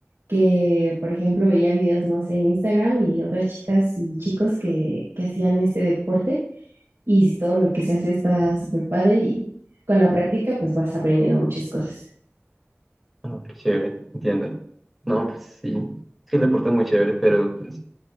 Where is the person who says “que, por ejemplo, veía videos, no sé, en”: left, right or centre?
Right